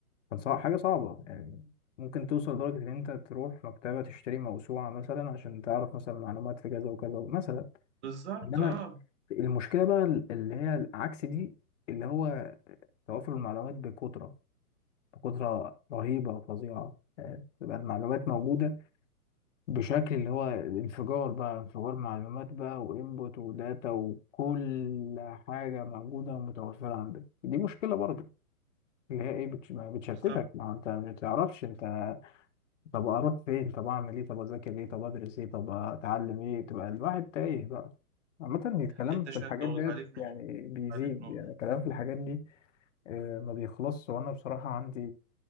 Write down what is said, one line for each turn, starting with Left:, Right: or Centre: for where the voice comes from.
Left: كان صعب حاجة صعبة يعني ممكن توصل لدرجة إن أنت تروح مكتبة تشتري موسوعة مثلا عشان تعرف مثلا معلومات في كذا وكذا مثلا
Right: بالظبط
Left: إنما
Right: اه
Left: المشكلة بقى اللي هي عكس دي اللي هو توافر المعلومات بكثرة بكثرة رهيبة وفظيعة يعني تبقى المعلومات موجودة بشكل اللي هو انفجار بقى انفجار معلومات بقى وانبوت وداتا وكل حاجة موجودة ومتوفرة عندك دي مشكلة برضه اللي هي ايه بتش... ما بتشتتك
Right: بالظبط
Left: ما هو انت ما بتعرفش انت طب اروح فين طب اعمل ايه طب اذاكر ايه طب ادرس ايه طب اتعلم ايه تبقى الواحد تايه بقى عامة الكلام
Right: التشتت
Left: في الحاجات ديت
Right: عليك نور
Left: يعني بيزيد
Right: عليك نور
Left: يعني الكلام في الحاجات دي آه، ما بيخلصش وأنا بصراحة عندي